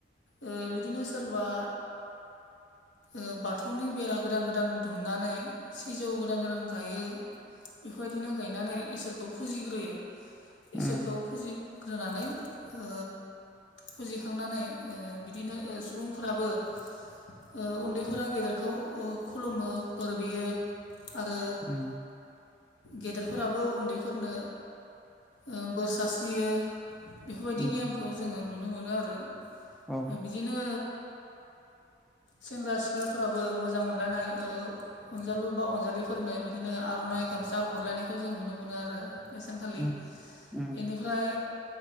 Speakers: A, on the left; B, in the centre.
A: ओ बिदिनो सोरबा ओ बाथौनि बेरा गोदान गोदान दुमनानै सिजौ गोदान गोदान गायो बेबायदिनो गायनानै इसोरखौ फुजिग्रोयो
B: उम
A: इसोरखौ फुजिग्रोनानै ओ फुजिखांनानै ओ बिदिनो सुबुंफोराबो ओ उन्दैफोरा गेदेरखौ खुलुमो बोर बियो आरो
B: उम
A: गेदेरफोराबो उन्दैफोरनो ओ बोर सास्रियो बेफोरबायदि
B: उम
A: नेमखौ जोङो नुनो मोनो आरो
B: औ
A: बिदिनो सेंग्रा सिख्लाफोराबो मोजां मोनलायनाय ओ अनजालु बा अनजालिफोरनो बिदिनो आर'नाइ गामसा हरलायनायखौ जों नुनो मोनो आरो बै सानखालि
B: उम उम
A: बेनिफ्राय